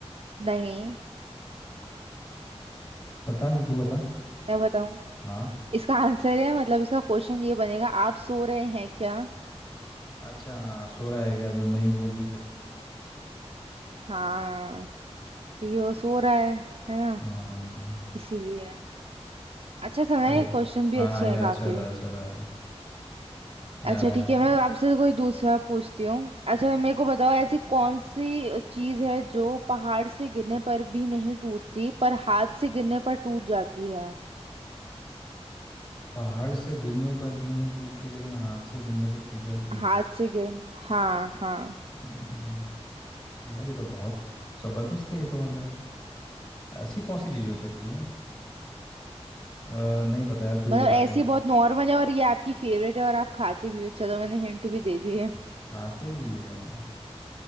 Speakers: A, on the right; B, on the left.
A: नहीं
B: पता नहीं तू बता
A: मैं बताऊं
B: हाँ
A: इसका आंसर है मतलब इसका क्वेश्चन ये बनेगा आप सो रहे हैं क्या
B: अच्छा हाँ सो रहा है क्या तो नहीं बोल नहीं सकता
A: हाँ क्योंकि वो सो रहा है है ना
B: हाँ
A: इसीलिए अच्छा था ना
B: चलो
A: क्वेश्चन भी
B: हाँ
A: अच्छे
B: ये
A: हैं काफी
B: अच्छा था अच्छा था याद
A: अच्छा
B: आया
A: ठीक
B: मुझे
A: है मैं आपसे कोई दूसरा पूछती हूँ अच्छा मेरे को बताओ ऐसी कौन सी चीज है जो पहाड़ से गिरने पर भी नहीं टूटती पर हाथ से गिरने पर टूट जाती है
B: पहाड़ से गिरने पर भी नहीं टूटती लेकिन हाथ से गिरने पर टूट जाती है
A: हाथ से गिर हाँ हाँ
B: हम्म, यार ये तो बहुत ज़बरदस्त है ये तो मतलब ऐसी कौन सी चीज़ हो सकती है अ, नहीं पता यार तू ही
A: मतलब
B: बता
A: ऐसी
B: दे
A: बहुत नॉर्मल है और ये आपकी फेवरेट है और आप खाते भी हो चलो मैंने हिंट भी दे दी है
B: खाते भी है हम।